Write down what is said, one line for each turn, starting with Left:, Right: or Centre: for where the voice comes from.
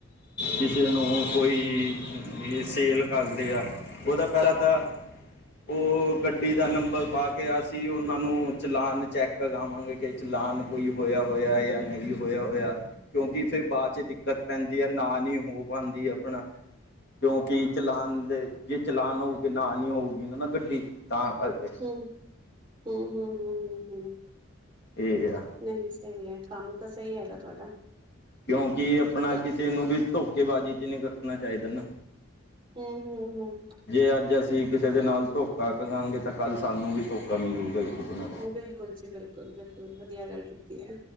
Left: ਕਿਸੇ ਨੂੰ ਕੋਈ ਸੇਲ ਕਰਦੇ ਆ ਉਹਦਾ ਪਹਿਲਾਂ ਤਾਂ ਉਹ ਗੱਡੀ ਦਾ ਨੰਬਰ ਪਾ ਅਸੀਂ ਉਹਨਾਂ ਨੂੰ ਚਲਾਉਣ ਚੈੱਕ ਕਰਾਵਾਂਗੇ ਕਿ ਚਲਾਨ ਕੋਈ ਹੋਇਆ ਹੋਇਆ ਜਾਂ ਨਹੀਂ ਹੋਇਆ ਹੋਇਆ ਕਿਉਂਕਿ ਫਿਰ ਬਾਅਦ 'ਚ ਦਿੱਕਤ ਪੈਦੀ ਹੈ। ਨਾ ਨੀ ਹੋ ਪਾਉਦੀ ਆਪਣਾ। ਕਿਉਕਿ ਚਲਾਨ ਦੇ ਜੇ ਚਲਾਨ ਹੋਊਗੇ ਨਾ ਨੀ ਹੋਊਗੀ ਗੱਡੀ ਤਾਂ ਕਰਕੇ-
Right: ਹੂੰ- ਹੂੰ- ਹੂੰ -ਹੂੰ- ਹੂੰ- ਹੂੰ-
Left: ਠੀਕ ਆ-
Right: ਨਹੀ ਸਹੀ ਹੈ। ਕੰਮ ਤਾਂ ਸਹੀ ਹੈਗਾ ਤੁਹਾਡਾ।
Left: ਕਿਉਂਕਿ ਆਪਣਾ
Right: ਤਾਂ
Left: ਕਿਸੇ ਨੂੰ ਵੀ ਧੋਖੇਬਾਜ਼ੀ 'ਚ ਨਹੀਂ ਰੱਖਣਾ ਚਾਹੀਦਾ ਨਾ
Right: ਹੂੰ- ਹੂੰ- ਹੂੰ-
Left: ਜੇ ਅਜ ਅਸੀ ਕਿਸੇ ਦੇ ਨਾਲ ਧੋਖਾ ਕਰਾਂਗੇ ਤਾਂ ਕਲ ਸਾਨੂੰ ਵੀ ਧੋਖਾ ਮਿਲੂਗਾ ਕਿਸੇ ਨਾਲ
Right: ਬਿਲਕੁਲ ਜੀ ਬਿਲਕੁਲ, ਬਿਲਕੁਲ ਵਧੀਆ ਗੱਲ ਕੀਤੀ ਹੈ।